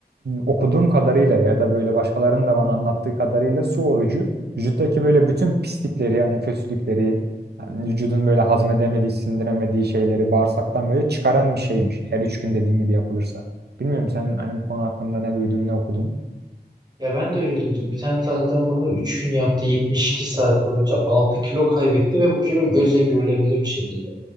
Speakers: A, on the right (about 70°); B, on the right (about 25°).
A: okuduğum kadarıyla ya da böyle başkalarının da bana anlattığı kadarıyla su orucu vücuttaki böyle bütün pislikleri yani kötülükleri yani vücudun böyle hazmedemediği, sindiremediği şeyleri bağırsaktan böyle çıkaran bir şeymiş. Eğer üç gün dediğin gibi yapılırsa. Bilmiyorum sen hani bu konu hakkında ne duydun, ne okudun?
B: Ya ben de öyle duydum. Bir tane tanıdığım bunu 3 gün yaptı. yetmiş iki saat boyunca 6 kilo kaybetti ve bu kilo gözle görülebilir bir şekilde.